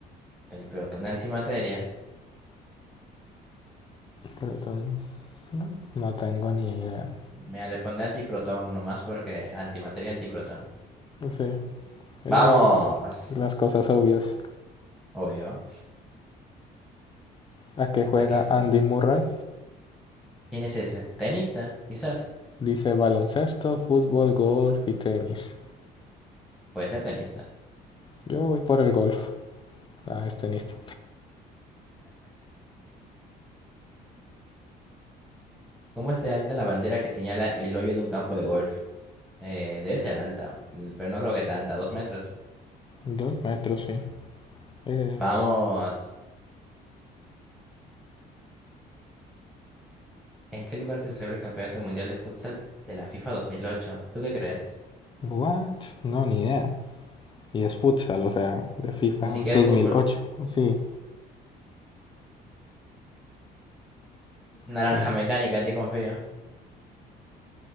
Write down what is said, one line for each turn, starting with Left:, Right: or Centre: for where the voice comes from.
Centre: El protón de antimateria.
Left: Pero ton- no tengo ni idea.
Centre: Mira, le pondré antiprotón nomás porque antimateria, antiprotón.
Left: Sí, eh,
Centre: Vamos.
Left: las cosas obvias.
Centre: Obvio.
Left: ¿A qué juega
Centre: ¿A qué juego?
Left: Andy Murray?
Centre: ¿Quién es ese? Tenista, quizás.
Left: Dice baloncesto, fútbol, golf y tenis.
Centre: Puede ser tenista.
Left: Yo voy por el golf. Ah, es tenista.
Centre: ¿Cómo es de alta la bandera que señala el hoyo de un campo de golf? Eh, debe ser alta, l- pero no creo que tanta, dos metros.
Left: Dos metros, sí. Eh,
Centre: Vamos. ¿En qué lugar se celebra el Campeonato Mundial de Futsal de la FIFA 2008? ¿Tú qué crees?
Left: what? No, ni idea. Y es futsal, o sea, de FIFA
Centre: Ni siquiera
Left: 2008.
Centre: es fútbol.
Left: Sí,
Centre: Naranja
Left: que...
Centre: mecánica, en ti confío.